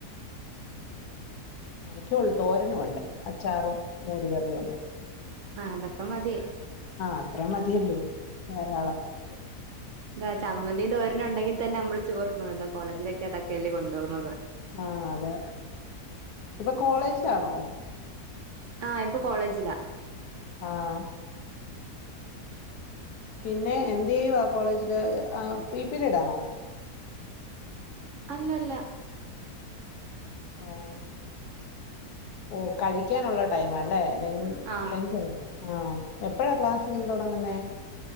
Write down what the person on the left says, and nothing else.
അത്രേള്ളൂ തോരനും ഉണ്ട് അച്ചാറും മോരുകറിയും ഉണ്ട്
ആഹ് അത്രേ മതിയല്ലോ ധാരാളം
ആഹ് അതെ ഇപ്പൊ കോളേജിലാണോ
ആഹ്
പിന്നെ എന്തയ്യുവാ കോളേജില് ആ ഫ്രീ പിരീഡ് ആണോ
ആഹ് ഓഹ് കഴിക്കാനുള്ള ടൈംല്ലേ ലഞ്ച്
ലഞ്ച് ആഹ് എപ്പഴാ ക്ലാസ് ഇനീ തുടങ്ങുന്നേ